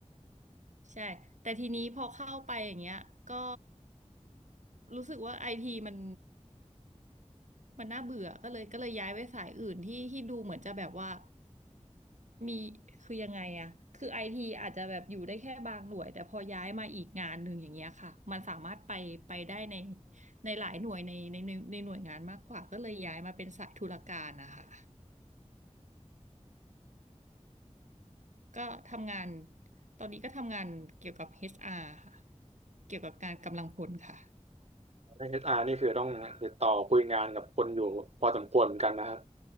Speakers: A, on the right (about 80°); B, on the right (about 60°).
A: ใช่ แต่ทีนี้พอเข้าไปอย่างเงี้ยก็รู้สึกว่าไอทีมัน มันน่าเบื่อก็เลยก็เลยย้ายไปสายอื่นที่ที่ดูเหมือนจะแบบว่ามีคือยังไงอะ คือไอทีอาจจะแบบอยู่ได้แค่บางหน่วยแต่พอย้ายมาอีกงานหนึ่งอย่างเงี้ยค่ะ มันสามารถไปไปได้ในในหลายหน่วยในในในในหน่วยงานมากกว่าก็เลยย้ายมาเป็นสายธุรการนะคะก็ทำงานตอนนี้ก็ทำงานเกี่ยวกับ HR ค่ะเกี่ยวกับการกำลังพลค่ะ
B: ในเอชอาร r นี่คือต้องติดต่อคุยงานกับคนอยู่พอสมควรเหมือนกันนะครับ